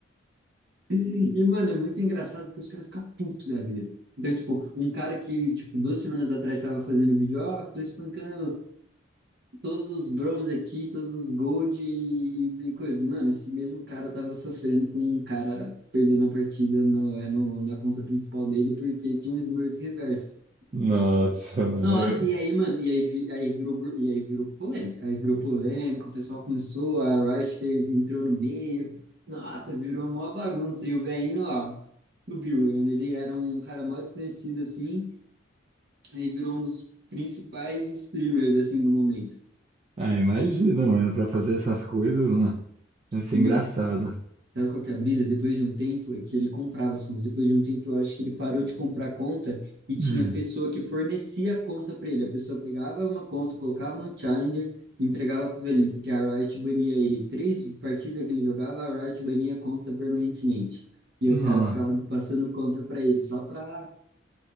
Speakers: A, on the right (about 55°); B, on the right (about 30°).
A: <laughs> e, mano, é muito engraçado porque os caras ficam putos da vida. Então, tipo, um cara que, tipo, duas semanas atrás tava fazendo vídeo, ó, tô espancando todos os bronze aqui, todos os gold e, e coisa. Mano, esse mesmo cara tava sofrendo com um cara perdendo a partida no, é, no- na conta principal dele porque tinha um Smurf reverso.
B: Nossa, mano.
A: Nossa,
B: é-
A: e aí, mano, e aí, vi- aí virou, br- e aí virou polêmica, aí virou polêmica, o pessoal começou, a Riot entrou no meio, nossa, virou mó bagunça, e o Gainho, ó, subiu, ele era um cara muito conhecido, assim, aí virou um dos principais streamers, assim, do momento.
B: Ah, imagina, mano, pra fazer essas coisas, né? Deve ser
A: E,
B: engraçado.
A: mano, Sabe qual que é a brisa? Depois de um tempo, é que ele comprava as contas. Depois de um tempo, eu acho que ele parou de comprar a conta e tinha
B: Hum.
A: pessoa que fornecia a conta para ele. A pessoa pegava uma conta, colocava no Challenger e entregava para o velhinho, porque a Riot bania ele. Três partidas que ele jogava, a Riot bania a conta permanentemente. E
B: Não.
A: os caras ficavam passando conta para ele, só para